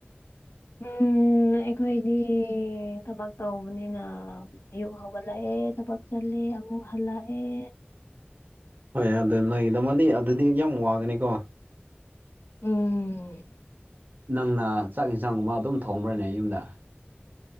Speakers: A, on the left (about 85°); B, on the right (about 50°).
A: ꯎꯝ ꯑꯩꯈꯣꯏꯗꯤ ꯊꯕꯛ ꯇꯧꯕꯅꯤꯅ ꯑꯌꯨꯛ ꯍꯧ ꯍꯧꯒꯠꯂꯛꯑꯦ ꯊꯕꯛ ꯆꯠꯂꯦ ꯑꯃꯨꯛ ꯍꯜꯂꯛ ꯑꯦ
B: ꯍꯣꯏ ꯑꯗꯨ ꯅꫭꯏꯒꯤꯗꯃꯛꯇꯤ ꯑꯗꯨꯗꯤ ꯌꯥꯝ ꯋꯥꯒꯅꯤꯀꯣ
A: ꯎꯝ
B: ꯅꯪꯅ ꯆꯥꯛ ꯏꯟꯖꯥꯡꯒꯨꯝꯕ ꯑꯗꯨꯝ ꯊꯣꯡꯕ꯭ꯔꯅꯦ ꯌꯨꯝꯗ